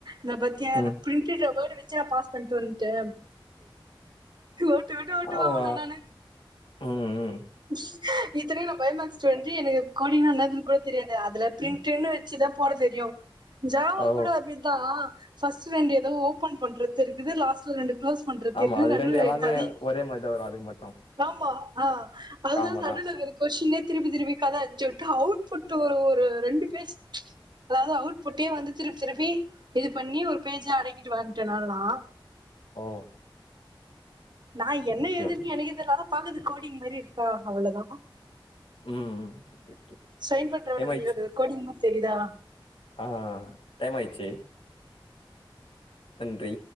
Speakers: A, on the right (about 55°); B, on the left (about 85°).
A: ன்ந பத்தியா
B: ம்
A: அந்த பிரிண்டாபோடு மச்சா பாஸ் பண்ணிட்டு வந்துட்ட ஓட்டு ஓட்டு ஓட்டுவா
B: ஆமா
A: ஒன்ன நானு
B: ம் ம்
A: இ இத்தனைக்கி நா ஃபைவ்மாக் ஸ்ட்டெண்ட் எனக்கு கோடிங் னா என்னானு கூட கூட தெரியாது அதுல பிரிண்ட்னு ச்சுதா போட தெரியு ஜாவா
B: ஓ
A: கூட அப்டித்தா ஃபஸ்ட் ரெண்டு ஏதோ ஓபன் பண்றது தெரி இது லாஸ்ட்ல ரெண்டு க்ளோஸ் பண்றது
B: ஆமா
A: தெரிது
B: அது
A: நடுவுல
B: ரெண்டு எல்லாமே
A: கதை
B: ஒரே மாரிதா வரு அதுக்கு மட்டு
A: ஆமா ஆ அதுனால
B: காமனா
A: நடுவுல வர கொஷ்டின்னே திருப்பி திருப்பி கத அச்சு உட்டா அவுட்புட்டு ஒரு ஒரு ரெண்டு பேஜ் அதாவது அவுட்புட்டே வந்து திருப்பி திருப்பி இது பண்ணி ஒரு பேஜ அடக்கிட்டு வந்துட்ட நா எல்லா
B: ஓ
A: நா என்ன
B: ஓகே
A: எழுதிருக்கே
B: ஓகே
A: எனக்கே தெர்ல ஆனாப் பாக்குது கோடிங் மாரி இருக்கா அவ்ளோதா
B: ம் ம் ஓகே ஓகே
A: சைன் பண்றவனுங்கில்யா
B: டைம் ஆயிடுச்சு
A: அது ஒரு கோடிங் மாரி தெரிதா
B: ஆ டைம் மாயிச்சு நன்றி